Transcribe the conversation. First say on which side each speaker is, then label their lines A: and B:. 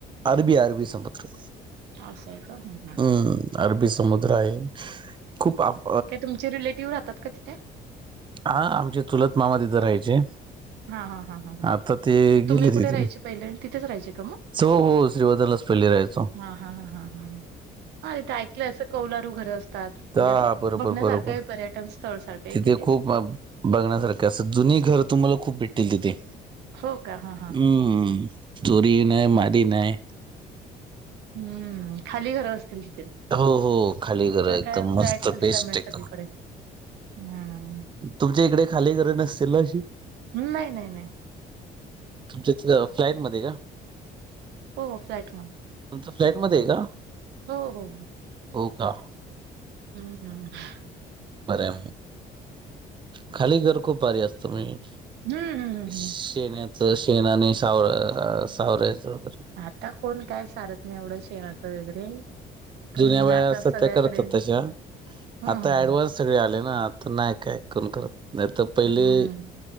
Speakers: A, on the right; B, on the right.
A: अरबी, अरबी समुद्र.
B: असंय का, ह्म ह्म.
A: हम्म अरबी समुद्र आहे, खूप आप
B: ते तुमचे रिलेटिव्ह राहतात का, तिथे?
A: आ, आमचे चुलत मामा तिथं राहायचे.
B: हां हां हां हं.
A: आता ते
B: तुम्ही
A: गेले
B: कुठे
A: तिथून
B: राहायचे पहिले, तिथेच राहायचे का मग?
A: हो हो श्रीवर्धनलाच पहिले राहायचो
B: हां हां हां हं. हा तिथे ऐकलंय असं, कौलारू घरं असतात, म्हणजे
A: त्या
B: असं
A: बरोबर
B: बघण्यासारखं
A: बरोबर
B: ये, पर्यटन स्थळ सारखं. आहे
A: तिथे
B: की ते?
A: खूप, बघण्यासारख, असं जुनी घर तुम्हाला खूप भेटतील तिथे.
B: हो का? हं.
A: हम्म, चोरी नाय, मारी नाय.
B: हम्म, खाली घर असतील तिथे?
A: हो हो खाली घर
B: आता
A: एकदम
B: काय, फ्लॅट
A: मस्त
B: सिस्टम
A: बेस्ट
B: ये,
A: एकदम
B: सगळीकडे हम्म.
A: तुमच्या इकडे, खाली घर नसतील ना, अशी?
B: ऊमं, नही नही नई.
A: तुमच्या इथ फ्लाॅट मध्ये का?
B: हो फ्लॅट मध्ये.
A: तुमचं फ्लॅट मध्ये आहे का?
B: हो हो हो.
A: हो का.
B: हम्म हम् हम्.
A: बरं म‌. खाली घर खूप भारी असतो मी.
B: हं, हं, हं,
A: शेण्याचं
B: हं.
A: शेण आणि सावर सावऱ्याच वगैरे.
B: आता कोण काय सारत नाही एवढं शेणाचं वगैरे. पण
A: जुन्या बया
B: आता
A: असतात
B: सगळ्याकडे
A: त्या करतात तशा
B: हं,
A: आता
B: हं,
A: अँड
B: हं.
A: व्हान्स सगळे आले ना आता नाही काय कोण करत नाही तर पहिले
B: हम्म.